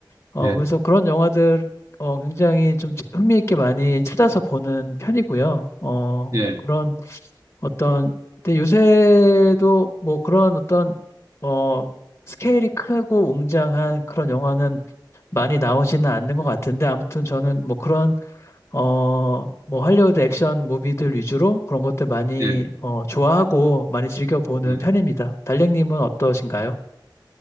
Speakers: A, on the left (about 35°); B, on the right (about 40°).
A: 어,
B: 예,
A: 그래서 그런 영화들 어, 굉장히 좀 흥미있게 많이 찾아서 보는 편이고요. 어,
B: 예,
A: 그런 어떤 근데 요새도 뭐 그런 어떤 어, 스케일이 크고 웅장한 그런 영화는 많이 나오지는 않는 것 같은데 아무튼 저는 뭐 그런 어, 뭐 할리우드 액션 무비들 위주로 그런 것들 많이
B: 예,
A: 어, 좋아하고 많이 즐겨 보는
B: 예.
A: 편입니다. 달링님은 어떠신가요?